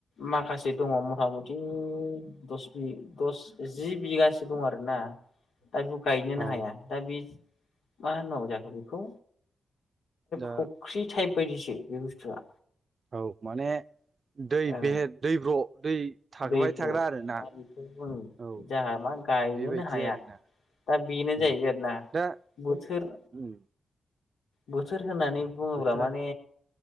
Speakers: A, on the left (about 85°); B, on the right (about 55°).
A: माखासे दङ मथा मथि दस बि दस जि बिगासो दं आरोना। दा बेखौ गायनोनो
B: औ
A: हाया दा बे मा होननांगौ जाखो बेखौ
B: दा
A: फुख्रि टाइप बायदिसो बे बुस्थुआ
B: औ माने दै
A: औ
B: बे दैब्र' दै थाबाय
A: दैब्र'
B: थाग्रा आरोना
A: दा बेखौ जों
B: औ
A: जोहा मा गायनोनो
B: बेबायदि
A: हाया
B: आरोना
A: दा बेनो
B: औ
A: जाहैबाय आरोना
B: दा
A: बोथोर
B: उम
A: बोथोर होननानै बुङोब्ला
B: बोथोरा
A: माने